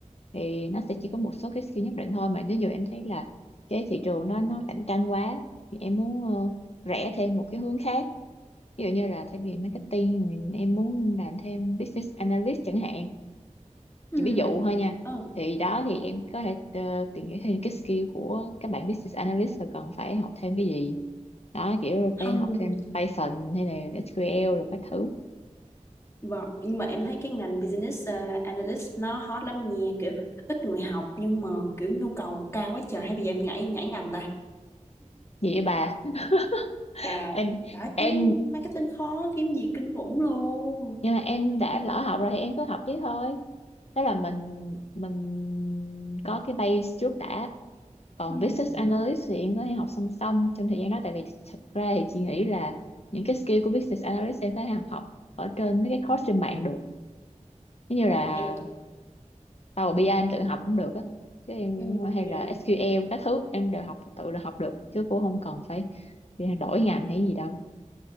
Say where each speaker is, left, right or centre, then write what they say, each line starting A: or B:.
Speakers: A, on the left; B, on the left.
A: thì nó sẽ chỉ có một số cái skill nhất định thôi mà nếu như em thấy là cái thị trường đó nó cạnh tranh quá thì em muốn ờ, rẽ thêm một cái hướng khác ví dụ như là thay vì marketing thì em muốn làm thêm business analyst chẳng hạn
B: Ừ.
A: chỉ ví dụ thôi nha
B: Ừ.
A: thì đó thì em có thể ờ, tìm hiểu thêm cái skill của các bạn business analyst là cần phải học thêm cái gì đó kiểu rồi
B: Không
A: phải học thêm Python hay là SQL rồi các thứ
B: vâng. nhưng mà em thấy cái ngành business ờ, analyst nó hot lắm nha kiểu ít người học nhưng mà kiểu nhu cầu cao quá trời hay bây giờ em nhảy nhảy ngành ta
A: gì vậy bà <laughs>
B: trời
A: em
B: trời ơi,
A: em
B: kiếm marketing khó kiếm gì kinh khủng luôn
A: nhưng mà em đã lỡ học rồi thì em cứ học tiếp thôi đó là mình mình có cái base trước đã còn
B: ừ.
A: business analyst thì em có thể học song song trong thời gian đó tại vì thật ra thì chị nghĩ là những cái skill của business analyst em có thể học học ở trên mấy cái course trên mạng được Giống như là
B: Ồ, em
A: tao Power BI em tự học cũng được á chứ em
B: ừ, yeah.
A: hay là SQL các thứ em đều học tự là học được chứ cũng không cần phải đi đổi ngành hay gì đâu